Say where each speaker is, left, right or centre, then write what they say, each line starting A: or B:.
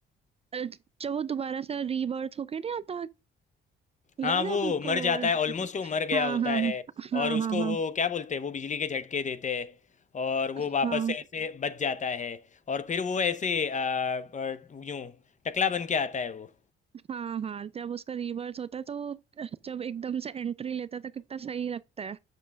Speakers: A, on the right (about 30°); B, on the left (about 40°).
A: अ, जब वो दोबारा से रीबर्थ होके नहीं आता याद
B: हाँ वो
A: है आपको
B: मर
A: वो
B: जाता
A: वाला
B: है ऑलमोस्ट वो मर गया
A: हाँ
B: होता
A: हाँ
B: है
A: हाँ हाँ
B: और उसको
A: हाँ हाँ
B: वो क्या बोलते हैं वो बिजली के झटके देते हैं और वो
A: हाँ
B: वापस से ऐसे बच जाता है और फिर वो ऐसे अ, अ, यूं टकला बन के आता है वो
A: हाँ हाँ जब उसका रीबर्थ होता है तो वो जब एकदम से एंट्री लेता था कितना सही लगता है